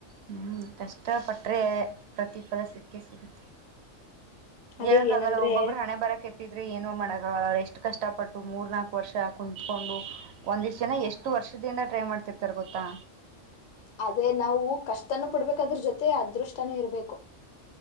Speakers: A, on the right; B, on the left.
A: ಹ್ಮ್ ಕಷ್ಟಪಟ್ರೆ ಪ್ರತಿಫಲ ಸಿಕ್ಕೆ ಸಿಗುತ್ತೆ
B: ಅದೇ
A: ಹೇಳಕ್ಕಾಗಲ್ಲ
B: ಏನಂದ್ರೆ
A: ಒಬ್ಬೊಬ್ಬರು ಹಣೆಬಾರ ಕೆಟ್ಟಿದ್ರೆ ಏನೋ ಮಾಡಲ್ಲ ಅವರು ಎಷ್ಟು ಕಷ್ಟಪಟ್ಟು ಮೂರ್ ನಾಲ್ಕು ವರ್ಷ ಕುತ್ಕೊಂಡು ಒಂದದಿಷ್ಟು ಜನ ಎಷ್ಟು ವರ್ಷ ಎಸ್ಟು ದಿನದಿಂದ ಟ್ರೈ ಮಾಡ್ತಿರ್ತಾರೆ ಗೊತ್ತಾ
B: ಅದೇ ನಾವು ಕಷ್ಟನುೂ ಪಡ್ಬೇಕದ್ರ ಜೊತೆ ಅದೃಷ್ಟನೂ ಇರ್ಬೇಕು